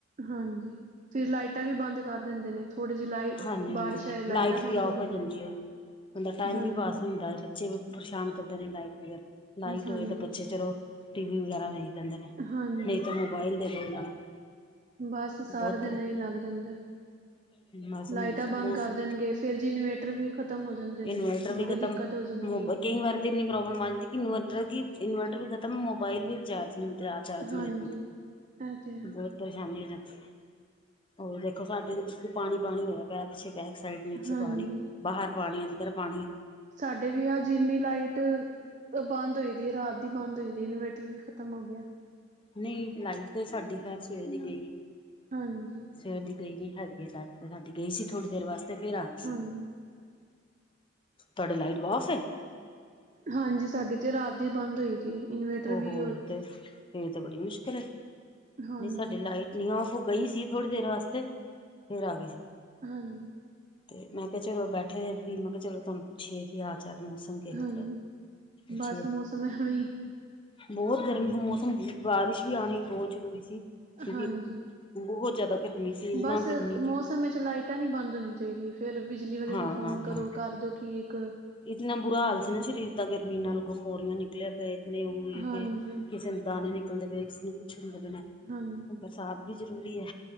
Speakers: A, on the right; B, on the left.
A: ਹਾਂਜੀ ਫਿਰ ਲਾਈਟਾਂ ਵੀ ਬੰਦ ਕਰ ਦਿੰਦੇ ਨੇ ਥੋੜੇ ਜਿਹੀ ਲਾਈਟ
B: ਹਾਂਜੀ
A: ਬਾਰਿਸ਼
B: ਹਾਂਜੀ
A: ਆਏ ਲਾਈਟਾਂ
B: ਲਾਈਟ
A: ਬੰਦ
B: ਵੀ ਆਫ ਹੋ ਜਾਂਦੀ ਏ। ਬੰਦਾ ਟਾਈਮ
A: ਹਾਂਜੀ
B: ਵੀ ਪਾਸ ਨਹੀਂ ਹੁੰਦਾ ਬੱਚੇ ਵੀ ਪਰੇਸ਼ਾਨ ਕਰਦੇ ਨੇ, ਲਾਈਟ ਬਗੈਰ ਲਾਈਟ
A: ਹਾਂਜੀ
B: ਹੋਏ ਤੇ ਬੱਚੇ ਚਲੋ। ਟੀ ਵੀ ਵਗੈਰਾ ਵੇਖ ਲੈਦੇ ਨੇ
A: ਹਾਂਜੀ
B: ਨਹੀਂ ਤਾਂ ਮੋਬਾਇਲ ਦੇ ਦਵੋ ਇਹਨਾਂ ਨੂੰ
A: ਬਸ ਸਾਰੇ
B: ਬਹੁਤ
A: ਦਿਨ ਐਹੀ ਲੰਘ ਜਾਂਦੇ।
B: ਬਸ
A: ਲਾਈਟਾਂ ਬੰਦ
B: ਮੌਸਮ
A: ਕਰ ਦੇਣਗੇ ਫੇਰ ਜੀ ਇਨਵੇਟਰ ਵੀ ਖ਼ਤਮ ਹੋ ਜਾਂਦੇ ਨੇ।
B: ਇਨਵਰਟਰ ਵੀ
A: ਬੜੀ
B: ਖਤਮ
A: ਦਿੱਕਤ ਹੋ ਜਾਂਦੀ ਹੈ
B: ਕਈ ਵਾਰ ਇੰਨੀ ਪ੍ਰੋਬਲਮ ਆ ਜਾਂਦੀ ਇਨਵਰਟਰ ਕਿ ਇਨਵਰਟਰ ਵੀ ਖਤਮ ਮੋਬਾਈਲ ਵੀ ਚਾਰਜ ਨੀ ਦੁੰਦੇ ਆਹ ਚਾਰਜ
A: ਹਾਂਜੀ
B: ਨਹੀਂ ਦਿੰਦੇ
A: ਇਹ ਤੇ ਹੈ
B: ਬਹੁ ਪਰੇਸ਼ਾਨੀ ਹੋ ਜਾਂਦੀ ਹੈ ਹੋਰ ਦੇਖੋ ਸਾਡੇ ਤੇ ਬਕੂ ਪਾਣੀ ਪਾਣੀ ਹੋਇਆ ਪਿਆ ਪਿੱਛੇ ਬਹਿ ਕੇ ਸਾਈਡ ਨੀਚੇ
A: ਹਾਂਜੀ
B: ਪਾਣੀ ਬਾਹਰ ਪਾਣੀ ਅੰਦਰ ਪਾਣੀ
A: ਸਾਡੇ ਵੀ ਆ ਜਿੰਨੀ ਲਾਈਟ, ਬੰਦ ਹੋਈ ਦੀ ਹੈ ਰਾਤ ਦੀ ਬੰਦ ਹੋਈ ਔਰ ਇਨਵੇਰਟਰ ਵੀ ਖ਼ਤਮ ਹੋ ਗਿਆਂ
B: ਨਹੀਂ ਲਾਈਟ ਤੇ ਸਾਡੀ ਖੈਰ ਸਵੇਰ ਦੀ ਗਈ।
A: ਹਾਂਜੀ,
B: ਸਵੇਰ ਦੀ ਗਈ ਨੀ ਹੈਗੀ, ਤੇ ਸਾਡੀ ਗਈ ਸੀ ਥੋੜ੍ਹੀ ਦੇਰ ਵਾਸਤੇ ਫਿਰ ਆਗੀ।
A: ਹਾਂਜੀ
B: ਤੁਹਾਡੇ ਲਾਈਟ ਵਾਫ
A: ਹਾਂਜੀ ਸਾਡੀ ਤੇ ਰਾਤ ਦੀ ਬੰਦ ਹੋਈ ਸੀ ਇਨਵੇਟਰ
B: ਓਹੋ
A: ਵੀ
B: ਤੇ ਫੇਰ ਤੇ ਬੜੀ ਮੁਸ਼ਕਿਲ ਹੈ ਨਹੀਂ
A: ਹਾਂਜੀ,
B: ਸਾਡੀ ਲਾਈਟ ਨੀ ਓਫ ਹੋ ਗਈ ਸੀ ਥੋੜ੍ਹੀ ਦੇਰ ਵਾਸਤੇ ਫੇਰ ਆ ਗਈ ਸੀ
A: ਹਮ
B: ਤੇ ਮੈਂ ਕਿਹਾ ਚਲੋ ਬੈਠੇ ਹ ਆ ਫਰੀ ਮੈਂ ਕਿਹਾ ਚਲੋ ਤੁਹਾਨੂੰ ਪੁੱਛੀਏ ਕੀ ਹਾਲ ਚਾਲ ਮੌਸਮ ਕਿਹੋ
A: ਹਾਂਜੀ
B: ਜਿਹਾ ਏ। ਪੁੱਛੀਏ
A: ਬਸ ਮੌਸਮ ਐਵੇਂ ਹੀ ਹੈ।
B: ਬਹੁਤ ਗਰਮੀ ਹ ਮੌਸਮ ਬਾਰਿਸ਼ ਵੀ ਆਉਣੀ ਬਹੁਤ ਜ਼ਰੂਰੀ ਸੀ ਕਿਉਂਕਿ
A: ਹਾਂਜੀ।
B: ਬਹੁਤ ਜ਼ਿਆਦਾ, ਗਰਮੀ ਸੀ ਇੰਨਾ
A: ਬਸ
B: ਗਰਮੀ
A: ਮੌਸਮ
B: ਕਿ
A: ਵਿੱਚ ਲਾਈਟਾਂ ਨਹੀਂ ਬੰਦ ਹੋਣੀ ਚਾਹੀਦੀਆਂ, ਫੇਰ ਬਿਜਲੀ ਵਾਲੇ
B: ਹਾਂ
A: ਨੂੰ ਫੋਨ
B: ਹਾਂ
A: ਕਰੋ
B: ਹਾਂ
A: ਕਰ ਦਿਉ ਠੀਕ।
B: ਇਤਨਾ ਬੁਰਾ ਹਾਲ ਸੀ ਨਾ ਸਰੀਰ ਦਾ ਗਰਮੀ ਨਾਲ ਗ ਮੋਰੀਆਂ ਨਿਕਲਿਆ। ਨ ਉਹ
A: ਹਾਂਜੀ,
B: ਕਿਸੇ ਨੂੰ ਦਾਣੇ ਨਿਕਲਦੇ ਪਏ ਕਿਸੇ ਨੂੰ ਕੁੱਛ ਨ ਲ ਪਣਾ
A: ਹਾਂਜੀ,
B: ਬਰਸਾਤ ਵੀ ਜ਼ਰੂਰੀ ਹੈ